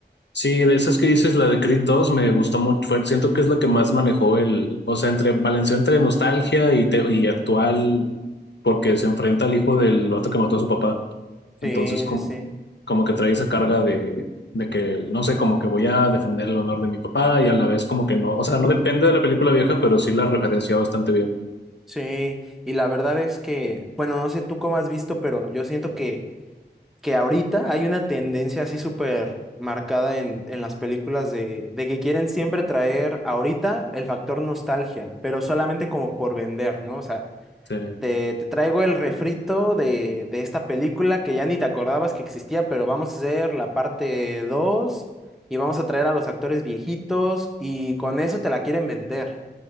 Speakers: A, on the left; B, in the centre.
A: Sí, de esas que dices, la de Creed 2 me gustó mucho. Fue- siento que es la que más manejó el, o sea, entre balanceó entre nostalgia y, te- y actual, porque se enfrenta al hijo del vato que mató a su papá.
B: Sí,
A: Entonces, com-
B: sí, sí.
A: como que trae esa carga de, de que, no sé, como que voy a defender el honor de mi papá y a la vez como que no, o sea, no depende de la película vieja, pero sí la referencia bastante bien.
B: Sí, y la verdad es que, bueno, no sé tú cómo has visto, pero yo siento que que ahorita hay una tendencia así súper marcada en, en las películas de, de que quieren siempre traer ahorita el factor nostalgia, pero solamente como por vender, ¿no? O sea,
A: Sí,
B: te, te traigo el refrito de, de esta película que ya ni te acordabas que existía, pero vamos a hacer la parte 2 y vamos a traer a los actores viejitos y con eso te la quieren vender.